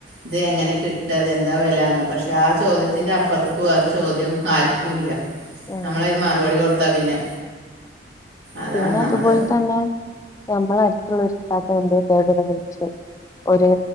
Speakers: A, on the right; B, on the left.
A: ഇത് എങ്ങനെ കിട്ട കിട്ട അത് എന്താ വിലന്ന് പക്ഷെ ആ ചോദ്യത്തിന്റെ അപ്പുറത്തേക്ക് വേറെ ചോദ്യം ആർക്കുല്ല
B: ആഹ്
A: നമ്മള അതിന് മറുപടി കൊടുത്താ പിന്നെ അതാണ്
B: പിന്നെ അതുപോലെ
A: നമ്മൾ
B: തന്നെ നമ്മള അടുത്തുള്ള ഇതാത്ത എന്റെ ഫോണിലാ വിളിച്ച് ഒരു